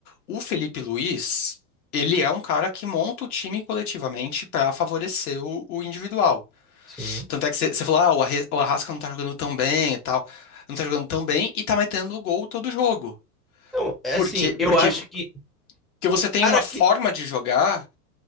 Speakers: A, on the left; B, in the centre.
A: O Felipe Luiz, ele é um cara que monta o time coletivamente para favorecer o, o individual.
B: sim.
A: Tanto é que você você falou, ah, o Arre- o Arrasca não tá jogando tão bem e tal. Não tá jogando tão bem e tá metendo gol todo jogo.
B: Então, é
A: Porque,
B: assim, eu
A: porque,
B: acho
A: porque
B: que o
A: você tem
B: cara
A: uma forma
B: que.
A: de jogar